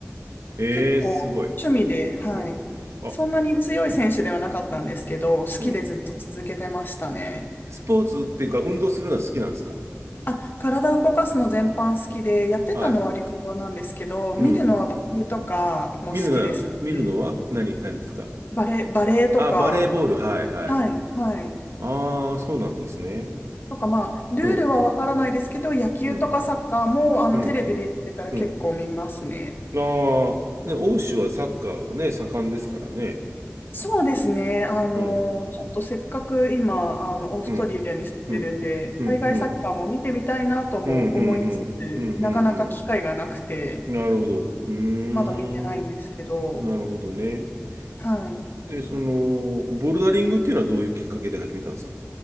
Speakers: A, on the right; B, on the left.
A: ええすごい。
B: 結構趣味で、はい。
A: うん。あ、
B: そんなに強い選手ではなかったんですけど、好きでずっと続けてましたね。
A: うん。スポーツっていうか運動するのは好きなんですか
B: あ、体を動かすの全般好きで、やってたのは陸上なんですけど、
A: はい。
B: 見るのはバレエとかも好きですし、
A: うん。見るな、見るのは何、何ですか
B: バレ、バレエとか、
A: あ、バレーボール。はい、はい。
B: はい、はい。
A: ああ、そうなんですね。
B: とかまあ、ルールはわからないですけど、
A: うん、
B: 野球とかサッカーもあのテレビでやってたら結構見ますね。
A: うん、うん、うん。ああ、ね、欧州はサッカーがね、盛んですからね。
B: そうですね。あの、
A: うん、
B: ちょっとせっかく今、あの、オーストリアに住んでるんで、
A: うん、うん、うん、
B: 海外サッカーも見てみたいなとも思いつつ、
A: うん、うん、うん、うん、うん、
B: なかなか機会がなくて、
A: うん。うんなるほど。うーん、
B: まだ見てないんですけど、
A: なるほどね。
B: はい。
A: で、その、ボルダリングっていうのはどういうきっかけで始めたんですか